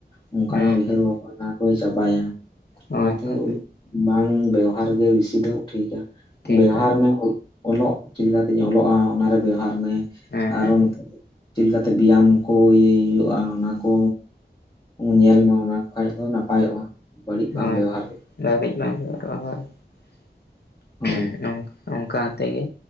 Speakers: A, on the left; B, on the left.
A: ᱚᱱ ᱠᱟ
B: ᱦᱮᱸ
A: ᱱᱟᱜ ᱩᱭᱦᱟᱹᱨ
B: ᱦᱮᱸ
A: ᱵᱷᱟᱵᱽᱱᱟ ᱠᱚᱭ ᱪᱟᱵᱟᱭᱟ
B: ᱦᱳᱭ
A: ᱚᱱᱟ ᱛᱮ
B: ᱦᱳᱭ
A: ᱩᱱᱟᱹᱜ ᱵᱟᱝ ᱵᱮᱣᱟᱨ᱾ ᱵᱮᱵᱷᱟᱨ ᱜᱮ ᱵᱮᱥᱤ ᱫᱚ ᱴᱷᱤᱠ-ᱟ
B: ᱴᱷᱤᱠᱟ
A: ᱵᱮᱵᱦᱟᱨ ᱢᱮ᱾ ᱚᱞᱚᱜ ᱪᱮᱫ ᱞᱮᱠᱟ ᱛᱤᱧ ᱚᱞᱚᱜ-ᱟ ᱚᱱᱟᱨᱮ ᱵᱮᱣᱦᱟᱨ ᱢᱮ
B: ᱦᱮᱸ
A: ᱟᱨᱚ᱾ ᱪᱮᱫ ᱞᱮᱠᱟ ᱛᱮ ᱵᱮᱭᱟᱢ ᱠᱚ ᱤᱭᱟᱹᱭ ᱦᱩᱭᱩᱜ-ᱟ ᱚᱱᱟ ᱠᱚ᱾ ᱧᱮᱞ ᱢᱮ ᱚᱱᱟ ᱠᱷᱟᱡ ᱫᱚ ᱱᱟᱯᱟᱭᱚᱜ-ᱟ ᱵᱟᱹᱲᱤᱡ ᱵᱟᱢ
B: ᱦᱳᱭ
A: ᱵᱮᱵᱦᱟᱨ <unintelligible>
B: <unintelligible>
A: ᱦᱚᱸ
B: ᱚᱱᱠᱟ ᱛᱮ ᱜᱮ